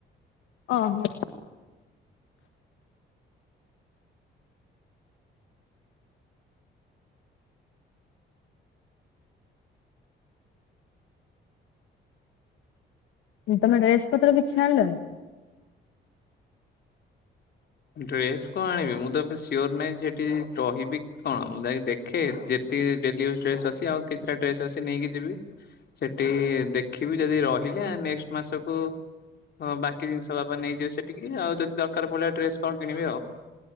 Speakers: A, on the left; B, on the left.
A: ଓହୋ। ଉଁ ତମେ ଡ୍ରେସ୍ ପତ୍ର କିଛି ଆଣିଲନି?
B: ଡ୍ରେସ୍ କଣ ଆଣିବି ମୁଁ ତ ଏବେ ସିଓର୍ ନାହିଁ ଯେ ଏଠି ରହିବି କଣ ମୁଁ ଯାଇକି ଦେଖେ ଯେତିକି ଡେଲିଇଉଜ୍ ଡ୍ରେସ୍ ଅଛି ଆଉ କିଛିଟା ଡ୍ରେସ ଅଛି ନେଇକି ଯିବି। ସେଠି ଦେଖିବି ଯଦି ରହିଲେ ନେକ୍ସଟ୍ ମାସକୁ ହଁ ବାକି ଜିନିଷ ବାପା ନେଇଯିବେ ସେଠିକି, ଆଉ ଯଦି ଦରକାର ପଡିଲା ଡ୍ରେସ୍ କଣ କିଣିବି ଆଉ।